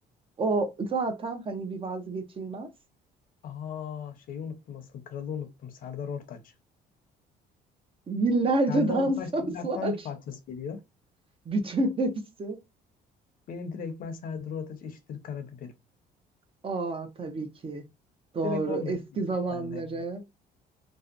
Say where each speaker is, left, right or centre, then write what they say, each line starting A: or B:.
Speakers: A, on the right (about 30°); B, on the left (about 55°).
A: O zaten hani bir vazgeçilmez.
B: Aa şeyi unuttum asıl. Kralı unuttum. Serdar Ortaç.
A: Binlerce
B: Serdar
A: dansöz
B: Ortaç deyince aklına
A: var.
B: hangi parçası geliyor?
A: <laughs> Bütün hepsi.
B: Benim direkt ben Serdar Ortaç eşittir karabiberim.
A: Aa tabii ki. Doğru.
B: Direkt onunla
A: Eski
B: eşitmiş
A: zamanları.
B: bende yani.